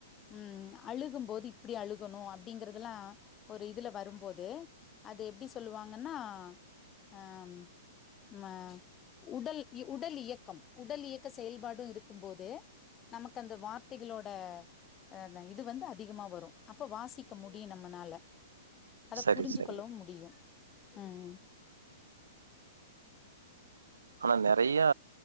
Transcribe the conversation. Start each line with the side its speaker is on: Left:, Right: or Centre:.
Left: உம் அழுகும்போது இப்டி அழுகணு அப்டிங்கிறதுலா ஒரு இதுல வரும்போது அது எப்டி சொல்லுவாங்கனா ஆம் ம உடல் இ உடல் இயக்கம் உடல் இயக் க செயல்பாடு இருக்கும் போது நமக்கு அந்த வார்த்தைகளோட அஹ் இது வந்து அதிகமா வரு அப்ப வாசிக்க முடியு நம்மனால அத
Right: சரி
Left: புரிஞ்சு
Right: சரி
Left: கொள்ளவு முடியு உம்
Right: ஆனா நெறையா